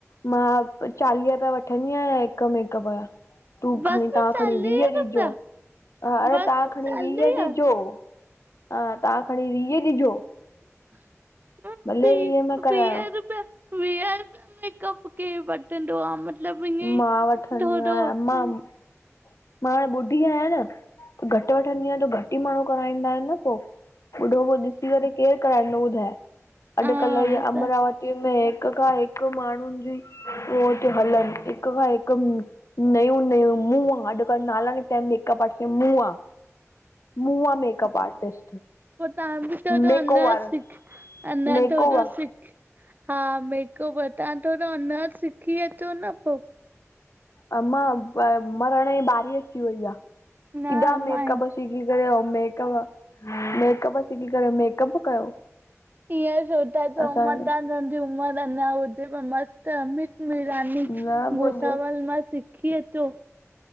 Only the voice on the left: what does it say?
मां चालीह रुपया वठंदी आहियां हिकु मेकअप जा तूं
खणी तव्हां
खणी वीह ॾिजो,
अड़े
तव्हां खणी
वीह ॾिजो। हा तव्हां खणी वीह ॾिजो।
भले वीह में करायो।
मां
मां मां हाणे ॿुधी आहियां न, घटि वठंदी आहियां, त घटि ई माण्हू कराईंदा आहिनि न। पो, ॿुढो पो ॾिसी करे केरु कराईंदो ॿुधाए? अॼुकल्ह
ई
अमरावती में हिक खां हिकु माण्हुनि जी <unintelligible> हलनि हिक खां हिकु नयूं नयूं मुआं, अॼुकल्ह नाला निकता आहिनि, मेकअप आर्टिस्ट मुआं। मुआं मेकअप आर्टिस्ट।
मेकओवर
मेकओवर
अमां मरण जी बारी अची वई आहे।
किॾा मेकअप
सिखी करेे कयो मेकअप, मेकअप सिखी करेे मेकअप कयो।
असांजे
न मुंहिंजो